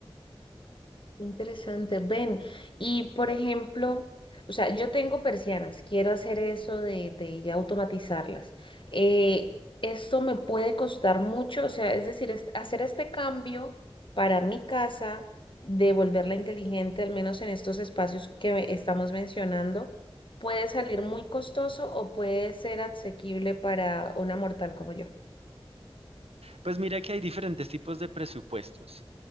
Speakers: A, on the left (about 55°); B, on the right (about 80°).
A: Interesante, ven. Y por ejemplo, o sea, yo tengo persianas, quiero hacer eso de, de ya automatizarlas. Eh, esto me puede costar mucho, o sea, es decir, es- hacer este cambio para mi casa, de volverla inteligente, al menos en estos espacios que me- estamos mencionando, puede salir muy costoso o puede ser asequible para una mortal como yo.
B: Pues mira que hay diferentes tipos de presupuestos.